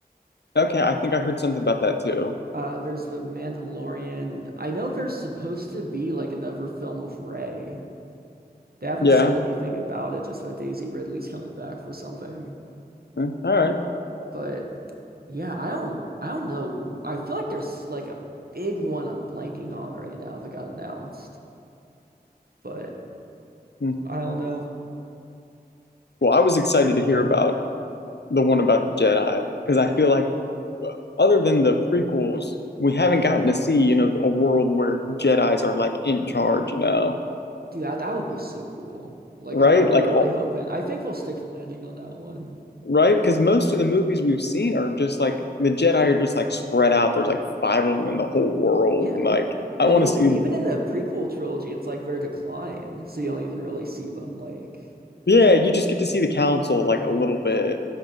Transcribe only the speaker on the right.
Uh, there's the Mandalorian. I know there's supposed to be like another film with Rey. They haven't
said anything about it, just that Daisy Ridley's coming back for something.
But yeah, I don't I don't know. I feel like there's like a big one I'm blanking on right now that got announced. But
I don't know.
Dude, that, that would be so cool. Like
I'm I'm
really
hoping. I think they'll stick the landing on that one.
Yeah.
And
even
even in the prequel trilogy, it's like their decline, so you don't even really see them like